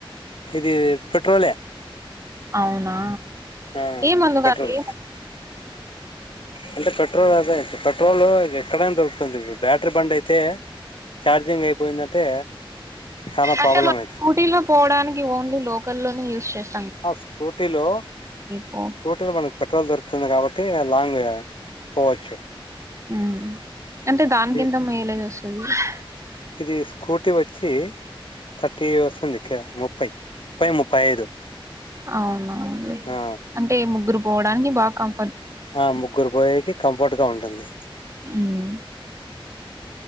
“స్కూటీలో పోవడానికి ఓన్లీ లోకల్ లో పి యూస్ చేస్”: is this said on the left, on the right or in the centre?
Right